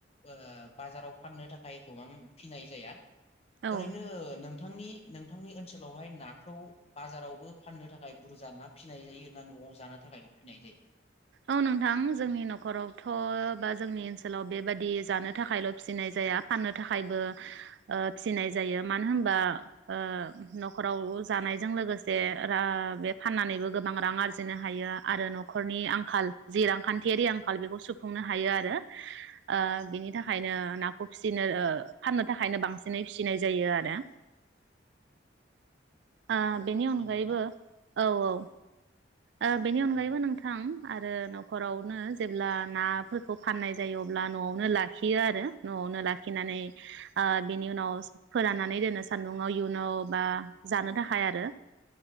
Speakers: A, on the left (about 35°); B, on the right (about 65°).
A: ओ बाजाराव फाननो थाखाय गोबां फिनाय जाया
B: औ
A: ओरैनो नोंथांनि नोंथांनि ओनसोलावहाय नाखौ बाजारावबो फाननो थाखाय बुरजा ना फिसिनाय जायो ना न'आव जानो थाखायल' फिनाय जायो
B: औ नोंथां जोंनि नखरावथ' बा जोंनि ओनसोलाव बेबादि जानो थाखायल' फिसिनाय जाया फाननो थाखायबो ओ फिसिनाय जायो मानो होनबा ओ नखराव जानायजों लोगोसे बे फाननानैबो गोबां रां आरजिनो हायो आरो नखरनि आं आंखाल जि रांखान्थियारि आंखाल बेखौ सुफुंनो हायो आरो ओ बिनि थाखायनो नाखौ फिसिनो फाननो थाखायनो बांसिनै फिसिनाय जायो आरो आ
A: अ
B: बेनि अनगायैबो
A: नंगौ ना
B: औ औ ओ बेनि अनगायैबो
A: औ
B: नोंथां आरो नखरावनो जेब्ला नाफोरखौ फाननाय जायो अब्ला न'आवनो लाखियो आरो न'आवनो लाखिनानै ओ बिनि उनाव फोराननानै दोनो सान्दुंङाव इयुनाव बा जानो थाखाय आरो